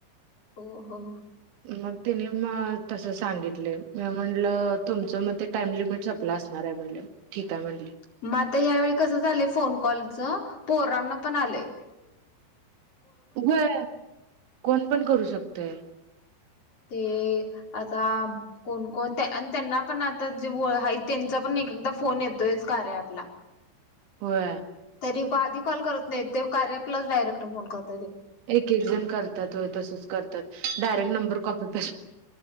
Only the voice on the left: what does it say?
ओ हो
मग आता ह्यावेळी कसं झालंय फोन कॉलच पोरांना पण आलय
ते आता कोण कोण त्यांना पण आता जे आहेत त्यांच पण एक एकदा फोन येतोयच कार्य ॲप ला
तरी आधी कॉल करत नाही ते कार्य ॲपलाच डायरेक्ट फोन करत